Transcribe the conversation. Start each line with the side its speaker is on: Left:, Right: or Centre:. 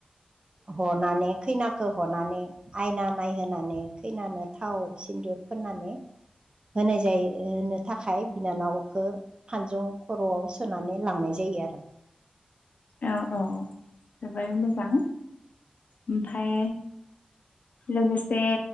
Right: हनानै खैनाखौ हनानै आयना नायहोनानै खैनानो थाव सिन्दुर फोननानै होनाय जायो होनो थाखाय बिनानावखौ फानजुं खर'आव सोनानै लांनाय जायो बिदि आरो
Left: औ औ जोबोर मोजां ओमफ्राय लोगोसे